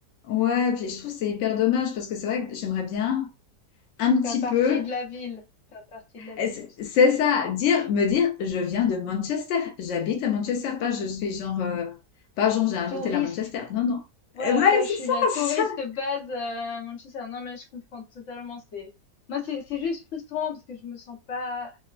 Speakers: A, on the left (about 80°); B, on the left (about 55°).
A: ouais, puis je trouve que c'est hyper dommage parce que c'est vrai que j'aimerais bien un petit
B: faire partie
A: peu.
B: de la ville, faire partie de la ville
A: Et C'est
B: aussi,
A: c'est ça, dire, me dire, je viens de Manchester, j'habite à Manchester, pas je suis genre, euh, pas genre
B: une
A: j'ai un
B: touriste.
A: hôtel à Manchester. Non, non.
B: Ouais,
A: Et ouais,
B: pas
A: c'est
B: je suis la touriste
A: ça, <laughs>
B: de base euh, à Manchester. Non, mais je comprends totalement. C'est moi, c'est c'est juste frustrant parce que je me sens pas.